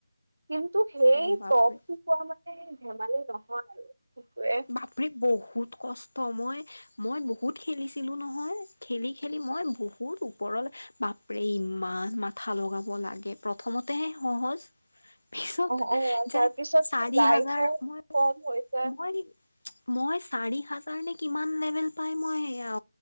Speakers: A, on the right; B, on the left.
A: কিন্তু সেই
B: অ', বাপৰে
A: টপ কোৱা মানে ধেমালি নহয় আৰু কুকুৰে।
B: বাপৰি বহুত কষ্ট মই -মই বহুত- খেলিছিলো নহয় খেলি খেলি মই বহুত ওপৰলৈ বাপ ৰেই ইমান মাথা লগাব লাগে প্ৰথমতেহে সহজ পিছত
A: অ অ তাৰপিছত
B: যে চাৰি
A: লাইফো
B: হাজাৰ মই
A: কম হৈ যায়
B: নোৱাৰি
A: <inaudible>
B: মই চাৰি হাজাৰ নে কিমান লেভেল পাই মই অ